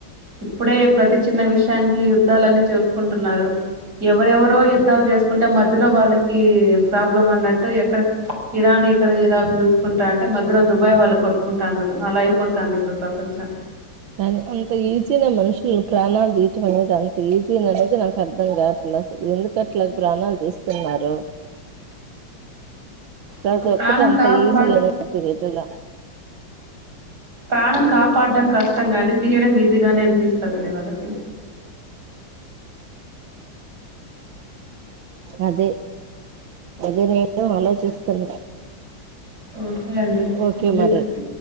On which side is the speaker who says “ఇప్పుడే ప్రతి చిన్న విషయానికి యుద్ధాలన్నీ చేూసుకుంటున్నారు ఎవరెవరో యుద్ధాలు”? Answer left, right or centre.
Right